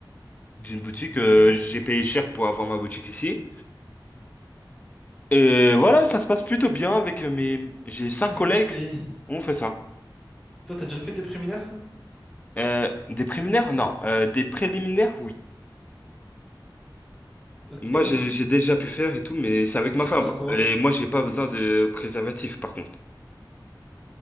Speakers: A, on the left; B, in the centre.
A: J'ai une boutique,
B: Ok.
A: euh, j'ai
B: <coughs>
A: payé cher pour avoir ma boutique ici. Et voilà, ça se passe plutôt bien avec euh, mes. J'ai cinq
B: Euh,
A: collègues.
B: Et
A: On fait ça.
B: toi, t'as déjà fait des préliminaires?
A: Euh, des préliminaires? Non. Euh, des préliminaires, oui.
B: Ok.
A: Moi
B: Mais
A: j'ai j'ai déjà pu faire et tout, mais c'est avec ma
B: ça
A: femme.
B: sert à quoi?
A: Et moi j'ai pas besoin de préservatif par contre,